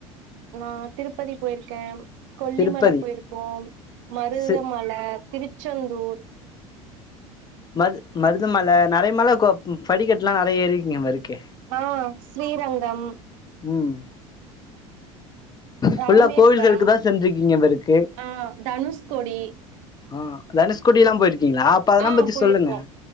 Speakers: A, on the right; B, on the left.
A: நா திருப்பதி போயிருக்கே கொல்லிமல
B: திருப்பதி
A: போயிருக்கு மருதமல
B: சி
A: திருச்செந்தூர் <inaudible>
B: மரு மருதமல நெறைய மல கோ படிக்கட்டலா நெறைய இருக்கீங்க ம இருக்கு
A: ஆ ஸ்ரீரங்கம்
B: ம்
A: ராமேஸ்வரம்
B: ஃபுல்லா கோவில்களுக்கு தா சென்றிருக்கீங்க போல இருக்கு
A: அ தனுஷ்கோடி
B: ஆ தனுஷ்கோடில்லா போயி க்கீங்களா அப்ப அதெல்லா
A: ஆ
B: பத்தி
A: போயிருக்கோ
B: சொல்லுங்க